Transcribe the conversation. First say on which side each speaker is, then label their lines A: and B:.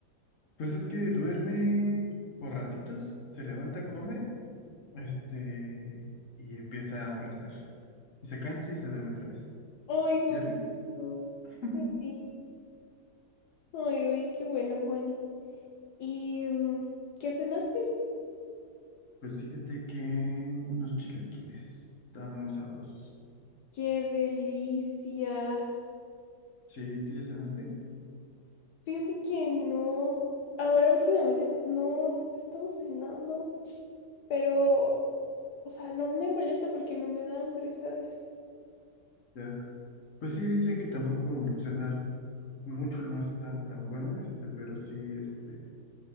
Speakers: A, on the left (about 50°); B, on the left (about 75°).
A: Pues es que duerme por ratitos, se levanta, come, este, y empieza a molestar. Y se cansa y se duerme otra vez.
B: Ay, gordito.
A: ¿Y así? <laughs>
B: Qué bien. Ay, oye, qué bueno, Juani. ¿Y mm, qué cenaste?
A: Pues fíjate que unos chilaquiles estaban muy sabrosos.
B: Qué delicia.
A: Sí, ¿tú ya cenaste?
B: Fíjate que no. Ahora últimamente no he estado cenando, pero, o sea, no me molesta porque no me da hambre, ¿sabes?
A: Ya. Pues sí, dicen que tampoco cenar mucho no es tan, tan bueno, este, pero sí, este,